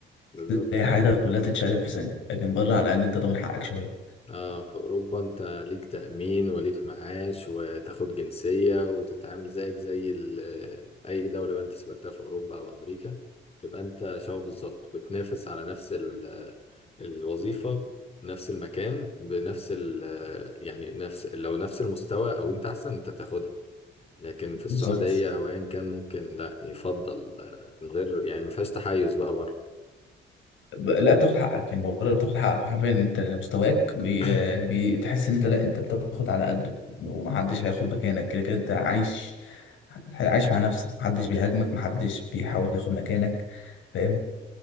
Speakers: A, on the left; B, on the left.
A: بالظبط
B: تلاقي حياتك كلها تتشقلب في ثانيه لكن بره على الاقل انت ضامن حقك شويه
A: اه في اوروبا انت ليك تأمين وليك معاش وتاخد جنسية وتتعامل زيك زي ال- آه، اي دولة بقى انت سافرتها في اوروبا او امريكا تبقى انت شبه بالظبط بتنافس على نفس ال- آه، الوظيفة نفس المكان بنفس ال آه، يعني نفس لو نفس المستوى او انت احسن انت تاخدها لكن في السعودية
B: بالظبط
A: او ايا كان ممكن لا يفضل آه، من غير يعني ما فيهاش تحيز بقى بره
B: ب- لا بتاخد حقك يعني بره بتاخد حقك حرفيا انت مستواك بي...
A: <coughs>
B: بتحس ان انت لا انت بتاخد على قده ومحدش هياخد مكانك كده كده انت عايش عايش مع نفسك محدش بيهاجمك محدش بيحاول ياخد مكانك فاهم